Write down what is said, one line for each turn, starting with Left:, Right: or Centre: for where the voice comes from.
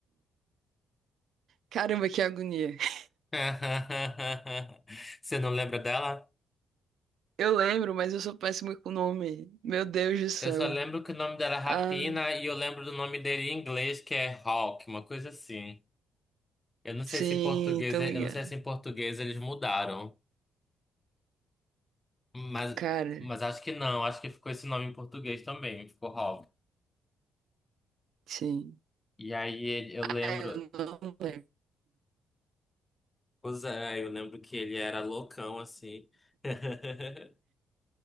Right: Caramba, que agonia. <laughs>
Left: <laughs> Você não lembra dela?
Right: Eu lembro, mas eu sou péssimo com o nome. Meu Deus do céu.
Left: Eu só lembro que o nome dela é Rapina
Right: Ah.
Left: e eu lembro do nome dele em inglês, que é Hawk, uma coisa assim. Eu não
Right: Sim,
Left: sei se em português,
Right: tô
Left: é,
Right: ligado.
Left: eu não sei se em português eles mudaram, mas,
Right: Cara,
Left: mas acho que não, acho que ficou esse nome em português também, ficou Hawk.
Right: sim.
Left: E aí ele- eu
Right: Ah,
Left: lembro,
Right: eu não lembro.
Left: pois é, eu lembro que ele era loucão assim. <laughs>